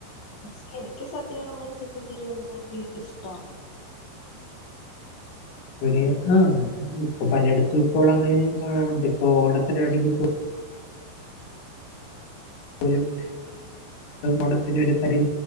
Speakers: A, on the left (about 35°); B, on the left (about 85°).
A: പക്ഷെ എനിക്ക് സദ്യയുടെ കൂടെ ചിക്കൻ കറി ഉള്ളത് എനിക്ക് ഇഷ്ടമാണ്
B: ഒരേ ആഹ് ഇപ്പൊ പലയിടത്തും ഇപ്പോൾ അങ്ങനെ കാണാറുണ്ട് ഇപ്പോ ഓണത്തിനാണെങ്കി ഇപ്പോ <unintelligible> ഓണത്തിന് ഒരു സ്ഥലം